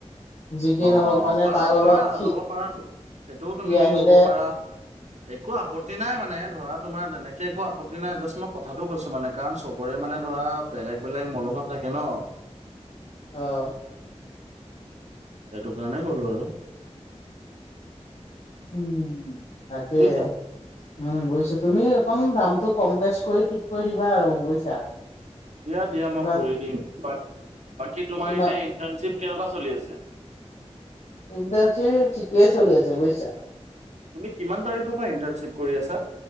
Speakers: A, on the left; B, on the right.
A: যি কি
B: অ
A: নহওক মানে
B: পাৰা
A: তাক অলপ
B: পাৰা
A: সি
B: লব পাৰাটো সেইটোও
A: সি
B: তুমি
A: আহিলে
B: লব পাৰা। একো আপত্তি নাই মানে ধৰা তোমাৰ তেনেকে একো আপতি নাই জাষ্ট মই কথাটো কৈছো মানে কাৰণ চবৰে মানে ধৰা বেলেগ বেলেগ মনোভাৱ থাকে কে ন?
A: আহ।
B: সেইটো কাৰণে কলো আৰু।
A: উ তাকে
B: বুজিছা
A: উম বুজিছো। তুমি অকণ দামটো কম বেচ কৰি ঠিক কৰি দিবা আৰু বুজিছা?
B: দিয়া দিয়া মই
A: কিমান
B: কৰি দিম। বাকী তোমাৰ
A: সিমান
B: এতিয়া ইন্টাৰণশ্বিপ কেনেকুৱা চলি আছে?
A: ইন্টাৰণশ্বিপ ঠিকেই চলি আছে বুইছা।
B: তুমি কিমান তাৰিখৰ পৰা ইণ্টাৰশিপ কৰি আছা?